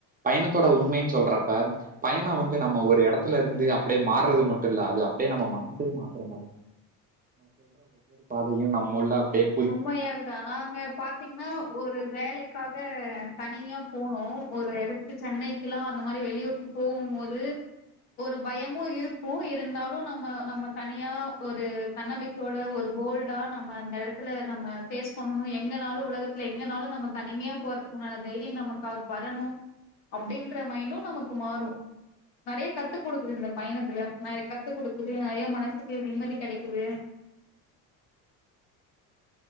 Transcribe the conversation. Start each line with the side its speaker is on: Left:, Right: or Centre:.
Right: பயணத்தோட உண்மைன்னு சொல்றப் <unintelligible> பயணோ வந்து நம்ம ஒர எடத்துல இருந்து அப்டியே மாறுறது மட்டு இல்ல அது அப்டியே நம்ம மனசயு மாத்துற மாரி சொல்ற ஒவ்வொரு பாதையு நம்மள்ள அப்டியே
Left: உண்மையாகதா நாங்க பாத்தீங்கன்னா ஒரு வேலைக்காக தனியா போனோம் ஒரு எடத்துக்கு சென்னைக்குல்லாம் அந்த மாரி வெளியூருக்கு போகும் போது ஒரு பயமும் இருக்கும் இருந்தாலும் நம்ம நம்ம தனியா ஒரு தன்னம்பிக்கையோட ஒரு போல்டா நம்ம அந்த நம்ம ஃபேஸ் பண்ணணு எங்க நாலு உலகத்தில எங்கனாலு நம்ம தனிமயா போறதுக்குண்டான தைரிய நமக் தால்ப் வரணு அப்டின்ற மைண்டு நமக்கு மாறு நெறய கத்து குடுக்குது இந்த பயணத்துல நெறய கத்து குடுக்குது நெறய மனசுக்கு நிம்மதி கெடைக்குது